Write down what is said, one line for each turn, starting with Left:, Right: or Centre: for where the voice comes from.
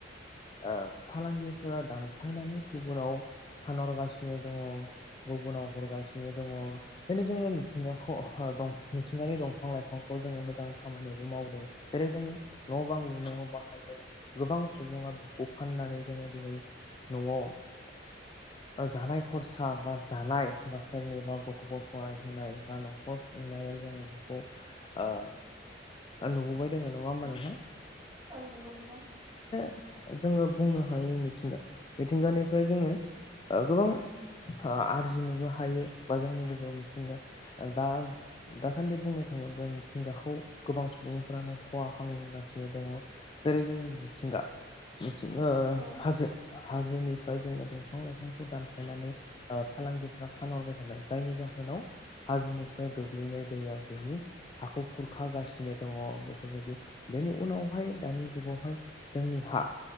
Left: ओ फालांगिफोरा दानफायनानै गुबुनाव फानहरगासि नो दङ गुबुनाव हरगासिनो दङ दिनै जोङो मिथिंगाखौ <unintelligible> दं मिथिंगानि दंफां लाइफांखौ जोङो मोजां खामानियावबो मावदों जेरै जोङो न बां लुनायाव बाहायदों गोबां सुबुङा बेखौ फाननानै जोङो दिनै नआव जानाय खरसा बा जानाय बा सोरनिबा गथखौ फरायहोनाय बा नखर सुंनायाव जोंङो बेखौ ओ आरो नुुबावबाय दोङो नङा होमबा नोंथां
Right: औ नंगौ नोंथां
Left: <unintelligible> जोङो बुंनो हायो मिथिंगा मिथिंगानिफ्राय जोङो ओ गोबां हो आरजिनोबो हायो बा जोंनि गेजेराव मिथिंगा दा दासान्दि बुंनो थाङोब्ला मिथिंगाखौ गोबां सुबुंफ्रानो खहा खामबोगासिनो दङ जेरै जोङो मिथिंगा <unintelligible>
Right: औ
Left: हाजो हाजोनिफ्राय जोङो दंफां लाइ फंखौ दानफायनानै ओ फालांगिफ्रा फानहरबाय थादों जायनि जाहोनाव हाजोनिफ्राय गोग्लैनाय दैया बेनि हाखौ खुरखागासि <unintelligible> बेफोरबायदि बेनि उनावहाय दानि जुगावहाय जोंनि हा